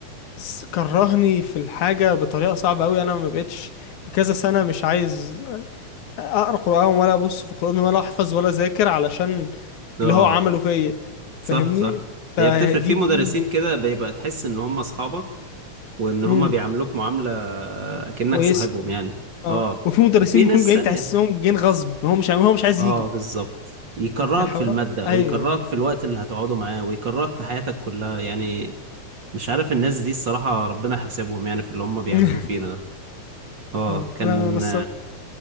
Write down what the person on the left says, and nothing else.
س- كرهني في الحاجه بطريقه صعبه قوي انا ما بقتش كذا سنه مش عايز اقرا قرآن ولا ابص في القرآن ولا احفظ ولا اذاكر علشان
اللي هو عمله فيا فاهمني
فدي
دي
امم
كويس
اه
وفي مدرسين
بيكونوا
جايين
تحسهم جايين غصب هو مش هو مش عايز
يجي
الحوار
ايوه
مم.
مم.
انا انا الص...